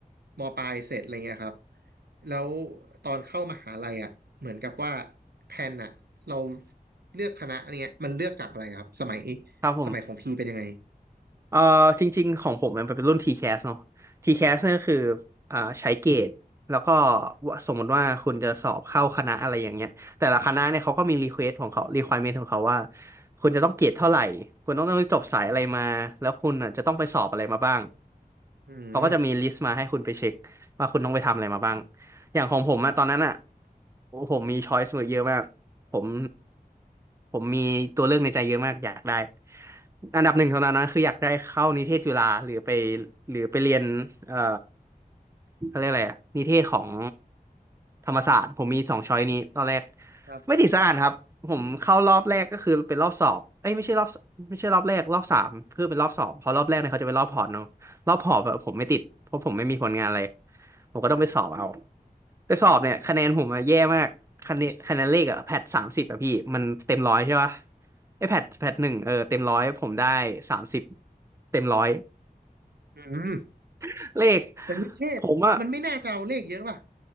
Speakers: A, on the right; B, on the right.
A: มปลายเสร็จอะไรเงี้ยครับแล้วตอนเข้ามหาลัยอ่ะเหมือนกับว่าแพลนอ่ะเราเลือกคณะอันเนี้ยมันเลือกจากอะไรครับสมัย
B: ครับผม
A: สมัยของพี่เป็นยังไง
B: เอ่อจริงๆของผมมันเป็นรุ่น TCAS เนาะ t แคสเนี่ยก็คืออ่าใช้เกรดแล้วก็สมมติว่าคุณจะสอบเข้าคณะอะไรอย่างเงี้ยแต่ละคณะเนี่ยเขาก็มีรีเควสของเขา requirement ของเขาว่าคุณจะต้องเกรดเท่าไหร่คุณต้องจบสายอะไรมาแล้วคุณอ่ะจะต้องไปสอบอะไรมาบ้าง
A: อืม
B: เขาก็จะมีลิสต์มาให้คุณไปเช็คว่าคุณต้องไปทำอะไรมาบ้างอย่างของผมอะตอนนั้นอะโอ้โหผมมีช้อยส์เยอะมาก ผมผมมีตัวเลือกในใจเยอะมากอยากได้อันดับหนึ่งเท่านั้นนะคืออยากได้เข้านิเทศจุฬาหรือไปหรือไปเรียนเอ่อเขาเรียกอะไรอะนิเทศของธรรมศาสตร์ผมมีสองช้อยนี้ตอนแรก
A: ครับ
B: ไม่ติดสักอันครับผมเข้ารอบแรกก็คือเป็นรอบสอบเอ้ยไม่ใช่รอบไม่ใช่รอบแรกรอบสามเพื่อเป็นรอบสอบเพราะรอบแรกเนี่ยเขาจะเป็นรอบพอร์ตเนาะ
A: ครับ
B: รอบหอบแบบผมไม่ติดเพราะผมไม่มีผลงานอะไรผมก็ต้องไปสอบเอาไปสอบเนี่ยคะแนนผมอะแย่มากคะแนนคะแนนเลขอะแพทสามสิบอะพี่มันเต็มร้อยใช่ปะไอแพทแพทหนึ่งเออเต็มร้อยผมได้สามสิบเต็มร้อย
A: อืม
B: <laughs> เลข
A: เปรนิเทศมันไม่น่าจะเอาเลขเยอะป่ะ
B: ผมอะ